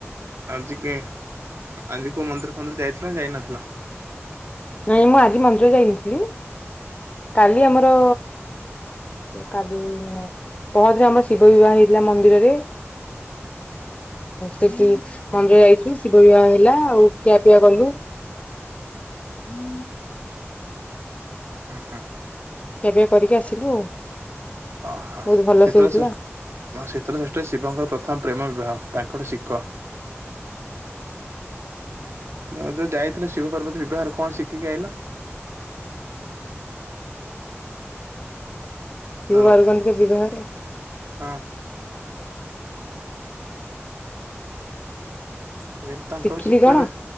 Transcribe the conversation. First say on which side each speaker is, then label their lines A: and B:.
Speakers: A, on the right; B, on the left.
A: ଆଜି କେ ଆଜି କୋଉ ମନ୍ଦିର ଫନ୍ଦିର ଯାଇଥିଲ ନା ଯାଇନଥିଲ
B: ନାଇଁ ମୁଁ ଆଜି ମନ୍ଦିର ଯାଇନଥିଲି କାଲି ଆମର କାଲି ପହଦିନ ଆମର ଶିବ ବିବାହ ହେଇଥିଲା ମନ୍ଦିରରେ ସେଠି ମନ୍ଦିର ଯାଇଥିଲୁ ଶିବ ବିବାହ ହେଲା ଆଉ ଖିଆ ପିଆ କଲୁ ହୁଁ
A: ଉ ହୁଁ
B: ଖିଆପିଆ କରିକି ଆସିଲୁ ଆଉ
A: ଓହ
B: ବହୁତ ଭଲସେ
A: ଶୀତଳ
B: ହଉଥିଲା
A: ଶ୍ରେଠ ଶୀତଳ ଶ୍ରେଷ୍ଠ ଶିବଙ୍କର ପ୍ରଥମ ପ୍ରେମ ବିବାହ। ତାଙ୍କଟ ଶିିକ। ହ ଯୋଉ ଯାଇଥିଲ ଶିବ ପାର୍ବତୀ ବିବାହ କଣ ଶିଖିକି ଆଇଲ।
B: କେଉ
A: ହାଲୋ
B: ବାରୁଗନ୍ଧ କ ବ୍ୟବହାରରେ।
A: ହଁ ସେଇଠି ତାଙ୍କଳୁ
B: ଶିଖିଲି
A: ଶିଖିବାରେ
B: କଣ